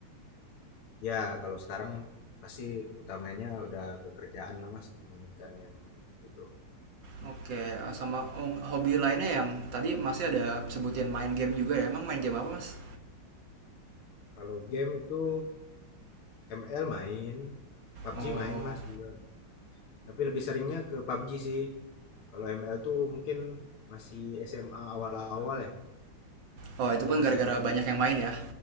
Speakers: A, on the left; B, on the right.
A: ya kalau sekarang pasti utamanya udah kekerjaan lah mas dibandingkan yang itu
B: Oke, eh, sama oh, hobi lainnya yang tadi masih ada sebutin main game juga ya, emang main game apa mas?
A: Kalau game itu ML main, PUBG
B: Oh,
A: main Mas juga. Tapi lebih seringnya ke PUBG sih. Kalau ML tuh mungkin masih SMA awal-awal ya,
B: oh itu
A: itu
B: pun
A: masih
B: gara-gara
A: main.
B: banyak yang main ya,